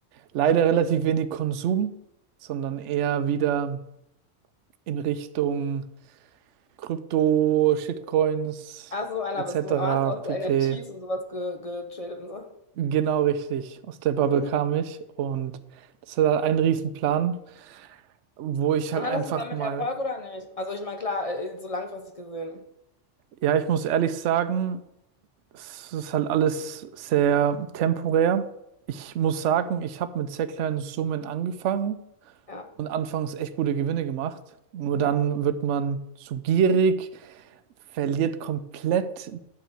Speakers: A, on the right (about 70°); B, on the left (about 30°).
A: leider relativ wenig Konsum, sondern eher wieder in Richtung. Krypto, Shitcoins
B: Ach so, einer
A: etc.
B: bist du. Aber hast du auch
A: pp.
B: so NFTs und sowas ge getradet und so?
A: Genau richtig. Aus der Bubble
B: Mhm.
A: kam ich und das war halt ein Riesenplan, wo ich halt
B: Und hattest
A: einfach
B: du damit
A: mal,
B: Erfolg oder nicht? Also ich meine, klar, äh, so langfristig gesehen.
A: ja, ich muss ehrlich sagen, es ist halt alles sehr temporär. Ich muss sagen, ich habe mit sehr kleinen Summen angefangen
B: Ja,
A: und anfangs echt gute Gewinne gemacht. Nur dann
B: ja.
A: wird man zu gierig, verliert komplett